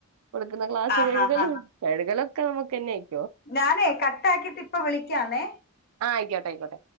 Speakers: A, on the right; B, on the left.
A: കൊടുക്കുന്ന ക്ലാസ്
B: ആഹ്
A: കഴുകലും
B: ആഹ്
A: കഴുകലൊക്കെ ന്നമുക്കെനെ
B: ഞാനെ കട്ടാക്കിട്ട് ഇപ്പ വിളിക്കാന്നേ
A: ആയിക്കോട്ടെ ആയിക്കോട്ടെ